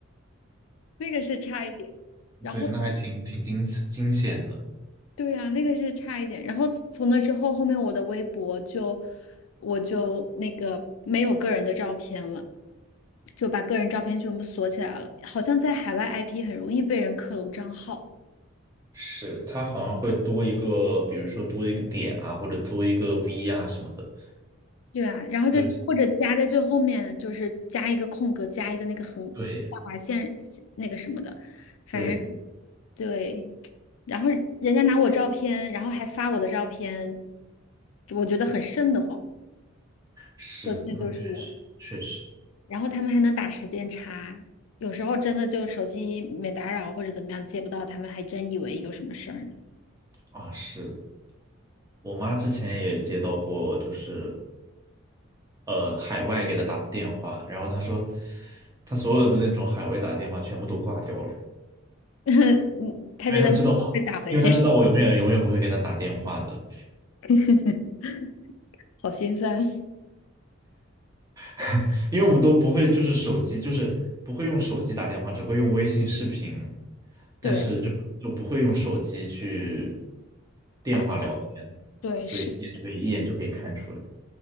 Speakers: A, on the left; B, on the right.
A: 那个是差一点，
B: <laughs>
A: 然后从
B: 对，那还挺挺惊惊险的。
A: 对呀、那个是差一点，然后从那之后，后面我的微博就我就那个没有个人的照片了。就把个人照片全部锁起来了，好像在海外 IP 很容易被人克隆账号。
B: 是，他好像会多一个，比如说多一个点啊，或者多一个 V 啊什么的。
A: 对啊，然后就或者加在最后面，
B: 对，
A: 就是加一个空格，加一个那个横下划线那个什么的，
B: 对
A: 反正
B: 对，
A: 对。然后人家拿我照片，然后还发我的照片，我觉得很瘆得慌，
B: 是，
A: 说这就是我。
B: 那确实确实
A: 然后他们还能打时间差，有时候真的就手机免打扰或者怎么样接不到，他们还真以为有什么事儿呢。
B: 啊，是我妈之前也接到过，就是呃海外给她打电话，然后她说她所有的那种海外打电话全部都挂掉了，
A: <laughs> 嗯，他觉得被打回去，
B: 因为她知道我，因为她知道我永远永远不会跟她打电话的，
A: <laughs> 好心酸。
B: <laughs> 因为我们都不会就是手机就是不会用手机打电话，只会用微信视频，但是就就不会用手机去
A: <laughs> 对，
B: 电话聊天，
A: 打，对，
B: 所以也就可以一眼就可以看出来。
A: 是。